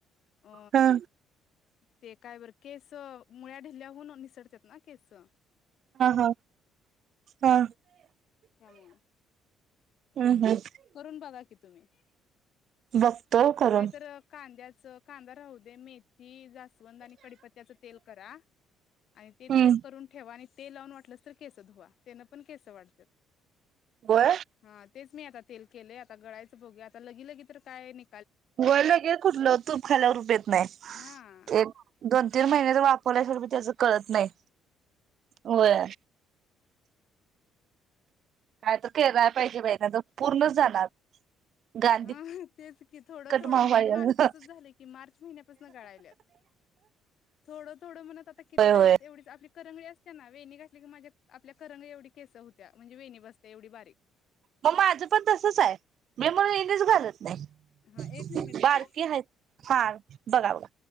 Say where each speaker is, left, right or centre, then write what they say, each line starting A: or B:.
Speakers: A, on the left (about 60°); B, on the right (about 60°).
A: अ
B: ह
A: ते काय बर? केस अ मुळ्या ढिल्याहून निसटत्यातना केसअ
B: हा हा हा.
A: त्यामुळे
B: हम् हम्.
A: करून बघा की तुम्ही
B: बघतो करून
A: नाहीतर कांद्याच च कांदा राहू दे मेथ थी जास्वंद आणि कडीपत्त्याच तेल करा आणि ते
B: हम्म
A: तेल करून ठेवा आणि ते लावून वाटलंस तर केस धुवा तेन पण केस वाढत्यात.
B: गोळ
A: हा तेच मी आता ते तेल केलय आता गळाय तेच बघुया आता लगी लगी तर काय नि
B: व्हय लगे कुठलं तूप खाल्यावर रुप येत नाही
A: हा
B: एक दोन तीन महिन्याच वापरल्याशिवर बी त्याचं कळत नाही. होय. काय तर केराय पाहिजे बाहि नाहीतर पूर्णच जाणार. गांधी
A: हा तेच की थोडं
B: कट
A: थोडं
B: व्हायला
A: म्हणत माझं तसच झालं की, मार्च महिन्यापासून गळाल्यात थोडं थोड म्हणत आता किती
B: होय
A: राहिलेत
B: होय
A: एवढीच आपली करंगळी असतिया ना वेनि घातली की माज्या आपल्या करंगळी एवढी केस अ होतिया म्हणजे वेणी बसतिया एवढी बारीक
B: मग माझं पण तसच हाय मी म्हणून इनिच घालत. नाही
A: हा एक मिनिट
B: बारकी
A: ताई
B: हाहेत हा बघा बघा.